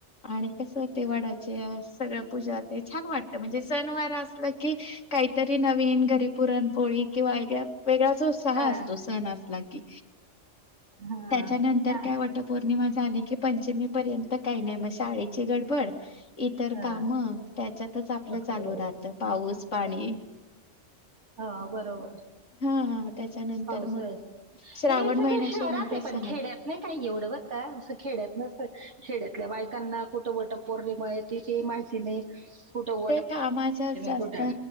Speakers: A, on the left; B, on the right.
A: आणि कसं ते वडाचे सगळ पूजा ते छान वाटत म्हणजे सणवारा असला कि काहीतरी नवीन घरी पुरणपोळी किंवा <unintelligible> वेगळाच उत्साह
B: हां.
A: असतो, सण असतो. लागी
B: हां.
A: त्याच्यानंतर
B: हां.
A: काय वट पौर्णिमा झाली की पंचमी पर्यंत काही नाय म शाळेची गडबड इतर
B: हां.
A: कामं त्याच्यातच आपलं
B: हो.
A: चालू राहत पाऊस पाणी
B: हा बरोबर
A: हा त्याच्यानंतर
B: पावसाळ्याच
A: मग श्रावण
B: हे सगळ
A: महिन्याच्या
B: शहरात
A: नंतर
B: आहे, पण
A: सण
B: खेड्यात नई काय एवढं बर का असं खेड्यात नसतं, खेड्यातल्या बायकांना कुठं वटपौर्णिमा ये तिथे माचीने कुठं
A: ते कामाच्याच जास्त
B: कुठं